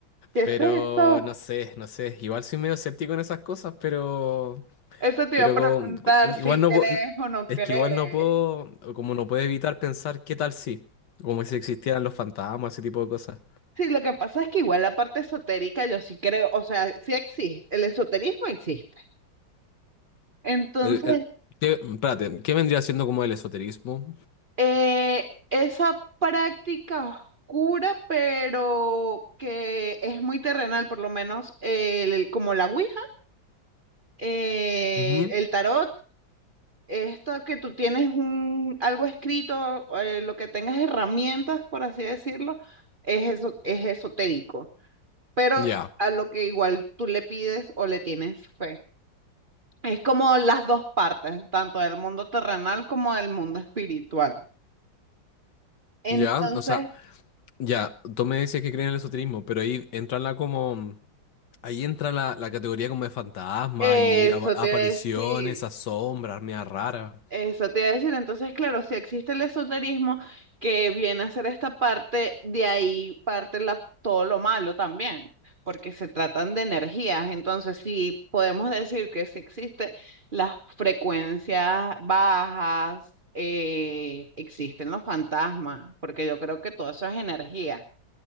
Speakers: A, on the right; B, on the left.
A: ¿Qué es
B: Pero
A: esto?
B: no sé, no sé. Igual soy medio escéptico en esas cosas, pero,
A: Eso te
B: pero
A: iba a preguntar
B: como- igual
A: si
B: no
A: crees
B: puedo,
A: o no
B: es
A: crees.
B: que igual no puedo, como no puedo evitar pensar qué tal si, como si existieran los fantasmas, ese tipo de cosas.
A: Sí, lo que pasa es que igual la parte esotérica yo sí creo, o sea, sí existe, el esoterismo existe. Entonces,
B: el- el- ¿qué, espérate, ¿qué vendría siendo como el esoterismo?
A: eh, esa práctica oscura, pero que es muy terrenal, por lo menos el- el- como la Ouija, eh,
B: Ujú.
A: el tarot. Esto que tú tienes un, algo escrito, eh, lo que tengas herramientas, por así decirlo, es eso, es esotérico, pero
B: Ya,
A: a lo que igual tú le pides o le tienes fe. Es como las dos partes, tanto del mundo terrenal como del mundo espiritual. Entonces,
B: ya, o sea, ya, tú me dices que creen en el esoterismo, pero ahí entra la como, ahí entra la, la categoría como de fantasma
A: eh,
B: y
A: eso
B: apa- apariciones,
A: te iba a decir.
B: a sombras, media rara.
A: Eso te iba a decir, entonces claro, si existe el esoterismo que viene a ser esta parte, de ahí parte la- todo lo malo también, porque se tratan de energías, entonces si podemos decir que si existe las frecuencias bajas, eh, existen los fantasmas, porque yo creo que todo eso es energía.